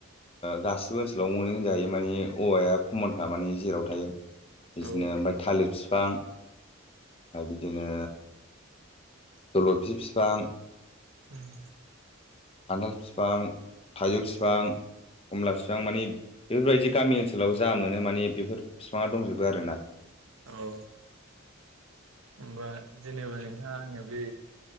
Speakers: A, on the left (about 25°); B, on the right (about 75°).
A: गासिबो ओनसोलाव मोनै होनजायो मानि औवाया खमनखा माने जेराव थायो बिदिनो
B: औ
A: ओमफाय थालिर फिफां आरो बिदिनो जल'फि फिफां
B: ओम
A: खान्थाल फिफां, थाइजौ फिफां,
B: औ
A: खमला फिफां मानि बेफोरबायदि गामि ओनसोलाव जा मोनो मानि बेफोर फिफाङा दंजोबो आरो ना
B: औ होमबा जेनेबा नोंथाङा आङो बै